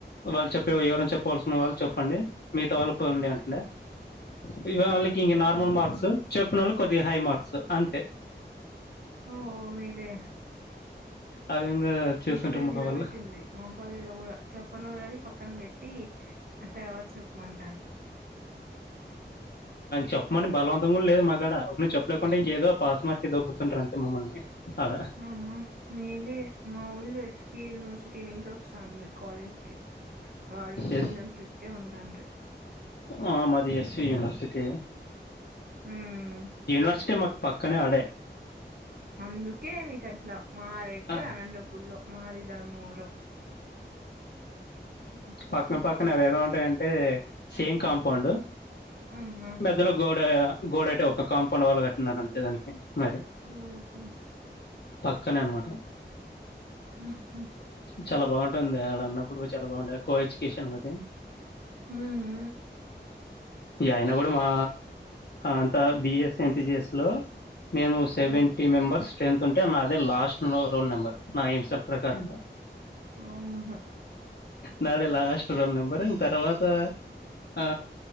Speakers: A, on the left (about 60°); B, on the right (about 55°).
A: వాళ్ళు చెప్పే ఎవరని చెప్పవలసిన వాళ్ళు చెప్పండి మిగతా వాళ్ళుపోండి అండి మిగతా వాళ్ళకి ఇంక నార్మల్ మార్క్స్ చెప్పినోళ్ళు కొద్దిగా హై మార్క్స్ అంతే
B: ఓ ఓ మేలే
A: ఆ విధంగా చేస్తుంటారు
B: ఇట్ల
A: మా
B: నిలబెట్టింది
A: వాళ్ళు
B: మగవాళ్ళనుకూడా చప్పన వాళ్ళుని పక్కన పెట్టి ఆ తర్వాత చెప్పమంట
A: చెప్పమని బలవంతం కాడా లేదు మాగడ ఒకరి చెప్పలేకుండా ఇంకేదో పాస్ మార్క్ దబ్బుతుంటరు అంతే మమ్మల్ని ఆడ
B: ఆ ఆ మేలే మా వాళ్ళు ఎస్కె యునివర్సిటీ నించి స్తాను కాలేజ్కి వాళ్ళు
A: ఎస్
B: కొంచెం స్టిటె ఉంటల్లు
A: ఆ మాది ఎస్య యునివర్సిటీ
B: హ్మ్.
A: యనివర్సిటీ మాకు పక్ కనీ ఆడే
B: అందుకే మీకు అట్లా మాది ఎక్కడ
A: ఆ,
B: అనంతపూర్ల మాది ధర్మం హుహు.
A: పక్కన పక్కన అవేదో ఉంటయంటే సేమ్ కాంపౌండ్
B: ఆహ
A: మధ్యలో గోడ గోడ అతే ఒక కాంపౌండ్ వాళ్ళు కట్టినార అంతే దానికి మరి
B: ఉమ్ పో
A: పక్కనే అనమట
B: హుహు.
A: చాలా బాగుంటది ఆక్కడ ఉన్నప్పుడు చాలా బాగుంటాయి కో ఎజ్యుకేషన్ మది
B: హుహు.
A: ఈ అయన కూడా మా అంత బిఎఎస్ ఎంపిసిఎస్లో మేము సెవెంటీ
B: ఆ!
A: మెంబర్స్ స్ట్రెంత్ ఉంటే నా అదే లాస్ట్ రోల్ నెంబర్ నా హంసాల ప్రకారంగా
B: ఆమ్
A: నాదే లాస్ట్ రోల్ నెంబర్ ఇంగ తర్వాత ఆ